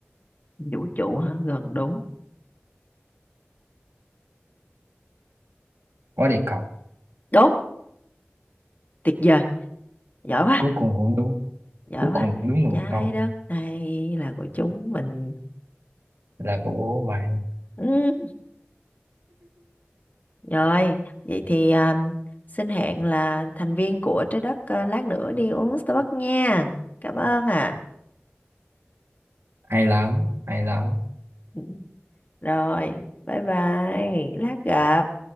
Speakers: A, on the left (about 40°); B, on the right (about 70°).
A: Vũ trụ hả? Gần đúng.
B: quá địa cầu
A: Đúng, tuyệt vời. Giỏi quá,
B: cuối cùng cũng đúng
A: giỏi
B: cuối
A: quá.
B: cùng cũng đúng một
A: Trái
B: câu
A: đất này là của chúng mình.
B: là của bạn
A: Ừ. Rồi, vậy thì um, xin hẹn là thành viên của trái đất uh, lát nữa đi uống Starbucks nha. Cảm ơn ạ.
B: hay lắm hay lắm
A: Ừ. Rồi, bye bye, lát gặp.